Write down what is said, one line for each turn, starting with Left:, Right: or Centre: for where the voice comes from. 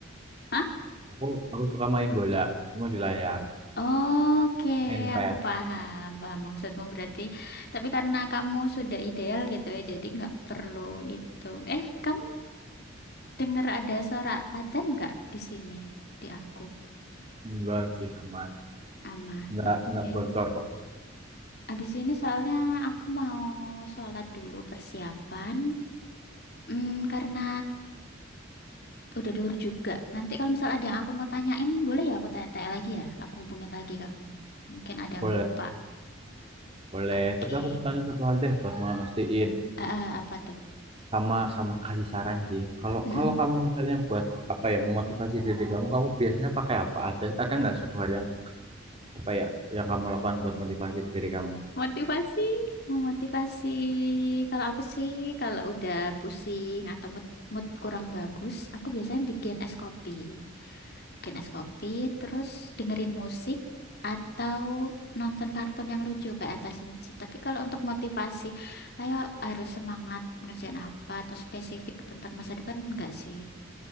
Left: Hah?
Right: Aku aku suka main bola, cuma di layar.
Left: Oke
Right: Main PES.
Left: aku paham paham maksudmu berarti tapi karena kamu sudah ideal gitu ya jadi nggak perlu itu eh kamu Dengar ada suara adzan nggak di sini? Di aku.
Right: Enggak sih, aman.
Left: Aman,
Right: Enggak
Left: oke.
Right: enggak bocor kok.
Left: abis ini soalnya aku mau sholat dulu persiapan. Hmm, karena udah dur juga. Nanti kalau misal ada yang aku mau tanyain, boleh ya aku tanya-tanya lagi ya? Aku hubungin lagi kamu. Mungkin ada yang
Right: Boleh,
Left: lupa.
Right: boleh.
Left: Oke.
Right: Tapi aku mau tanya satu hal deh buat mastiin
Left: ah eh, apa tuh?
Right: sama sama kasih saran sih. Kalau
Left: Mm-mm.
Right: kalau kamu misalnya buat apa ya memotivasi diri kamu, kamu biasanya pakai apa? Ada ada nggak satu hal yang apa ya yang kamu lakukan buat motivasi ke diri kamu?
Left: Motivasi, memotivasi. Kalau aku sih, kalau udah pusing atau mood, mood kurang bagus, aku biasanya bikin es kopi. Bikin es kopi, terus dengerin musik atau nonton kartun yang lucu kayak Atta Shinchi. Tapi kalau untuk motivasi, ayo harus semangat ngerjain apa atau spesifik tentang masa depan enggak sih?